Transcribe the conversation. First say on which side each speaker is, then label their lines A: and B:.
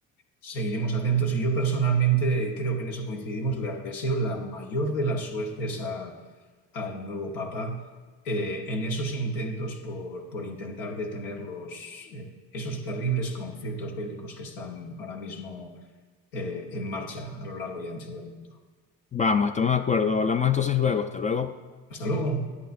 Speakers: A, on the left; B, on the left.
A: Seguiremos atentos y yo personalmente creo que en eso coincidimos. Les deseo la mayor de las suertes a, al nuevo Papa eh, en esos intentos por, por intentar detener los, eh, esos terribles conflictos bélicos que están ahora mismo eh, en marcha a lo largo y ancho del mundo.
B: Vamos, estamos de acuerdo. Hablamos entonces luego. Hasta luego.
A: Hasta luego.